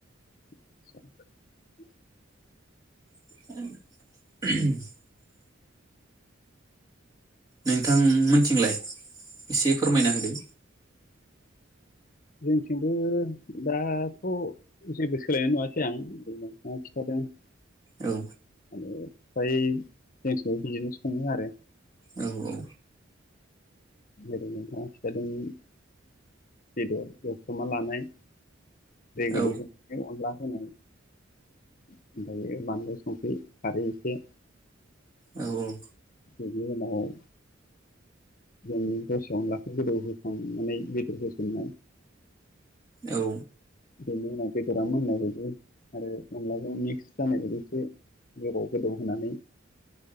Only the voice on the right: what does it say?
<unintelligible> नोंथां मोनथिंलाय एसे फोरमायना होदो।
औ
औ औ
औ
औ औ
औ